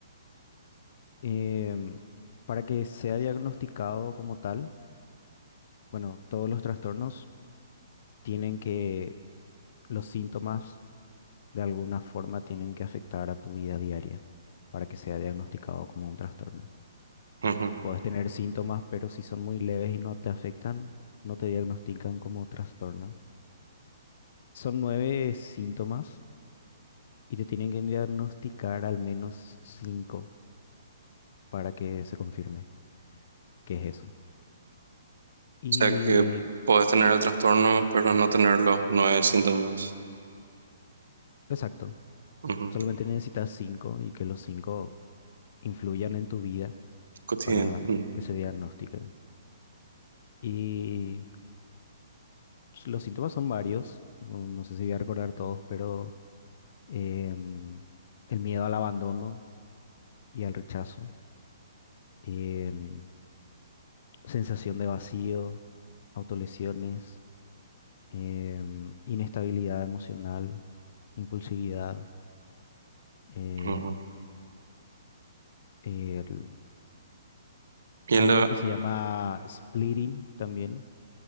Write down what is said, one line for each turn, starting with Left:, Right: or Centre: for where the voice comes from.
Left: Em, para que sea diagnosticado como tal, bueno, todos los trastornos tienen que, los síntomas de alguna forma tienen que afectar a tu vida diaria para que sea diagnosticado como un trastorno.
Right: Ujú. O
Left: Puedes tener síntomas, pero si son muy leves y no te afectan, no te diagnostican como trastorno. Son nueve síntomas y te tienen que diagnosticar al menos cinco para que se confirme que es eso. Y
Right: sea, que puedes tener el trastorno, pero no tener los nueve síntomas.
Left: exacto,
Right: Ujú.
Left: solamente necesitas cinco y que los cinco influyan en tu vida
Right: Cotidiano.
Left: para
Right: Mm.
Left: que se diagnostique. Y s- los síntomas son varios, no, no sé si voy a recordar todos, pero em, el miedo al abandono y al rechazo em, sensación de vacío, autolesiones, em, inestabilidad emocional, impulsividad. eh,
Right: Ujú.
Left: el-
Right: Y en
Left: hay
Right: la
Left: algo que se llama splitting también,